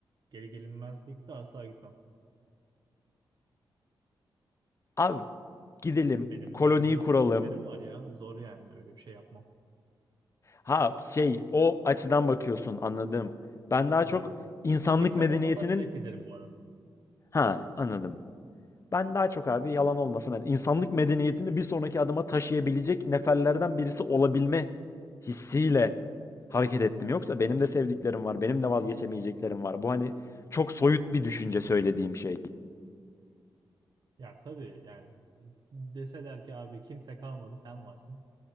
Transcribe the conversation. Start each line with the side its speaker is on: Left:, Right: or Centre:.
Right: geri gelinmezlik de asla gitmem.
Left: Abi gidelim,
Right: Benim
Left: koloniyi
Right: bu- burada
Left: kuralım,
Right: sevdiklerim var ya. Zor yani öyle bir şey yapmam.
Left: Ha şey o açıdan bakıyorsun anladım. Ben daha
Right: Tabii
Left: çok
Right: yok.
Left: insanlık
Right: Kimsem
Left: medeniyetinin
Right: olmasa direkt giderim bu arada.
Left: ha anladım. Ben daha çok abi yalan olmasın hani insanlık medeniyetini bir sonraki adıma taşıyabilecek neferlerden birisi olabilme hissiyle hareket ettim. Yoksa benim de sevdiklerim var, benim de vazgeçemeyeceklerim var. Bu hani çok soyut bir düşünce söylediğim şey.
Right: Ya tabii yani e, deseler ki abi kimse kalmadı sen varsın.